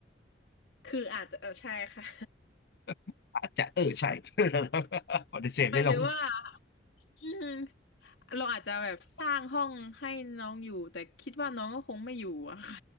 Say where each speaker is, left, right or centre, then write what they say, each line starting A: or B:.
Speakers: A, on the left; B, on the left.
A: คืออาจจะเออใช่ค่ะ
B: <laughs> อาจจะเออใช่ <laughs> ปฏิเสธไม่ลง
A: <laughs> หมายถึงว่าอืม เราอาจจะแบบสร้างห้องให้น้องอยู่แต่คิดว่าน้องก็คงไม่อยู่อะค่ะ